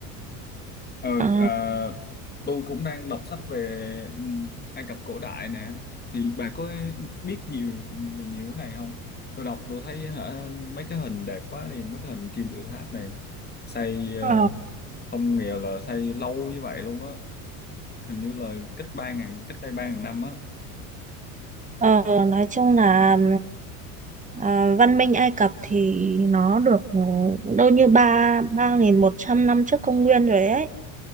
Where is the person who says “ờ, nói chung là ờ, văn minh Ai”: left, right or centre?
Right